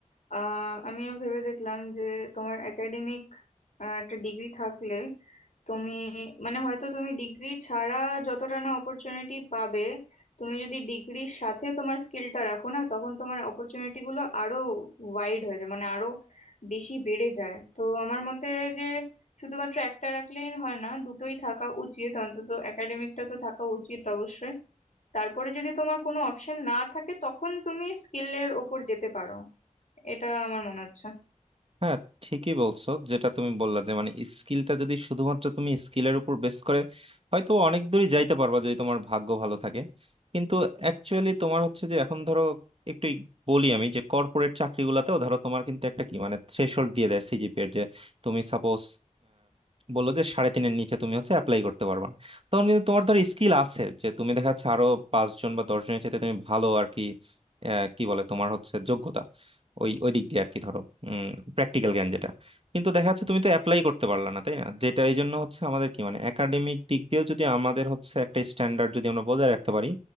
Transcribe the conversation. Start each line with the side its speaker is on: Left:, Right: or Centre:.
Left: আহ, আমিও ভেবে দেখলাম যে তোমার একাডেমিক একটা ডিগ্রি থাকলে তুমি মানে হয়তো তুমি ডিগ্রি ছাড়া যতটা না অপরচুনিটি পাবে তুমি যদি ডিগ্রির সাথে তোমার স্কিলটা রাখো না তখন তোমার অপরচুনিটি গুলো আরো ওয়াইড হয়ে যায় মানে আরো বেশি বেড়ে যায় তো আমার মতে যে শুধুমাত্র একটা রাখলেই হয় না দুটোই থাকা উচিত অন্তত একাডেমিকটা তো থাকা উচিত অবশ্যই তারপরে যদি তোমার কোনো অপশন না থাকে তখন তুমি স্কিলের ওপর যেতে পারো এটা আমার মনে হচ্ছে
Right: হ্যাঁ ঠিকই বলছো যেটা তুমি বললা যে মানে স্কিলটা যদি শুধুমাত্র তুমি স্কিলের উপর বেস করে হয়তো অনেক দূরই যাইতে পারবা যদি তোমার ভাগ্য ভালো থাকে কিন্তু অ্যাকচুয়ালি তোমার হচ্ছে যে এখন ধরো একটু বলি আমি যে কর্পোরেট চাকরিগুলোতেও ধরো তোমার কিন্তু একটা কি মানে থ্রেশহোল্ড দিয়ে দেয় সিজিপি এর যে তুমি সাপোজ বললো যে সাড়ে তিনের নিচে তুমি হচ্ছে অ্যাপ্লাই করতে পারবা না। তখন কিন্তু তোমার ধর স্কিল আছে যে তুমি দেখা যাচ্ছে আরো পাঁচজন বা দশজনের চাইতে তুমি ভালো আর কি আহ, কি বলে তোমার হচ্ছে যোগ্যতা ওই ওই দিক দিয়ে আর কি ধরো প্র্যাকটিক্যাল জ্ঞান যেটা কিন্তু দেখা যাচ্ছে তুমি তো অ্যাপ্লাই করতে পারলা না তাই না যেটা এই জন্য হচ্ছে আমাদের কি মানে একাডেমিক দিক দিয়েও যদি আমাদের হচ্ছে একটা স্ট্যান্ডার্ড যদি আমরা বজায় রাখতে পারি